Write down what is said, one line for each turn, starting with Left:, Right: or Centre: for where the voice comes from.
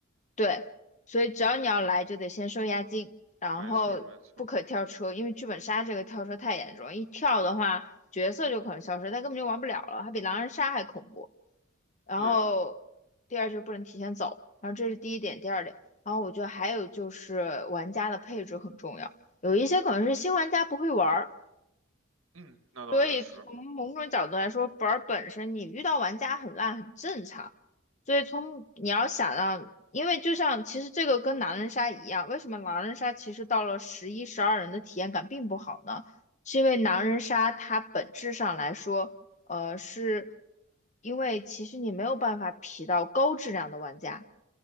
Left: 对，所以只要你要来，就得先收押金，然后不可跳车，
Right: 没错儿没错儿
Left: 因为剧本杀这个跳车太严重，一跳的话，角色就可能消失，他根本就玩不了了，它比狼人杀还恐怖。然后第二就是不能提前走，
Right: 对的，
Left: 然后这是第一点，第二点，然后我觉得还有就是玩家的配置很重要，有一些可能是新玩家不会玩，
Right: 嗯，那倒也是，
Left: 所以从某种角度来说，本儿本身你遇到玩家很烂很正常。所以从你要想让，因为就像其实这个跟狼人杀一样，为什么狼人杀其实到了十一、十二人的体验感并不好呢？是因为狼人杀它本质上来说，
Right: 嗯，
Left: 呃，是因为其实你没有办法匹到高质量的玩家。